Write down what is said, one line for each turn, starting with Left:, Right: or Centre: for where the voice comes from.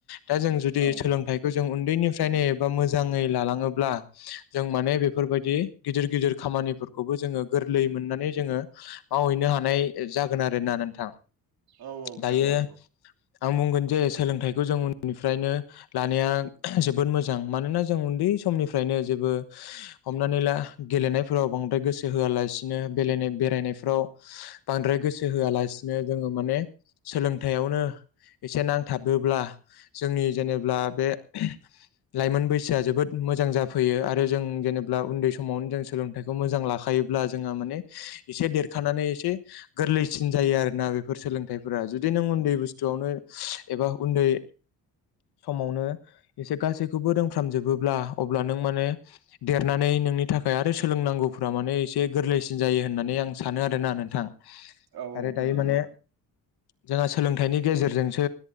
Left: दा जों जुदि
Right: औ नोंथां
Left: सोलोंथाइखौ जों उन्दैनिफ्रायनो एबा मोजाङै लालाङोब ब्ला जों माने बेफोरबायदि गिदिर गिदिर खामानिफोर खौबो जोङो गोरलै मोननानै जोंङो मावहैनो हानाय जागोन आरोना नोंथां
Right: औ-औ नोंथां
Left: दायो
Right: औ-औ
Left: आं बुंगोन जे सोलोंथाइखौ जों उननिफ्रायनो लानाया जोबोद मोजां मानोना जों उन्दै समनिफ्रायनो जेबो हमनानै ला गेलेनायफोराव बांद्राय गोसो होआलासिनोे बेरायनायफ्राव बांद्राय गोसो होआलासिनो जोंङो माने सोलोंथायावनो एसे नांथाबोब्ला जोंनि जेनेबा बे लाइमोन बैसोआ जोबोद मोजां जाफैयो आरो जों जेनेबा उन्दै समावनो जों सोलोंथाइखौ मोजां लाखायोब्ला जोंहा माने एसे देरखानानै एसे गोरलैसिन जायो आरो ना बेफोर सोलोंथाइफोरा जुदि नों उन्दै बुस्थुआवनो एबा उन्दै समावनो एसे गासैखौबो रोंफ्रामजोबो अब्ला अब्ला नों माने देरनानै नोंनि थाखाय आरो सोलोंनांगौफ्रा माने एसे गोरलैसिन जायो होन्नानै आं सानो आरोना नोंथां
Right: औ
Left: आरो
Right: नोंथां
Left: दायो
Right: नंगौ
Left: माने
Right: नोंथां
Left: जोंहा सोलोंथाइनि गेजेरजोंसो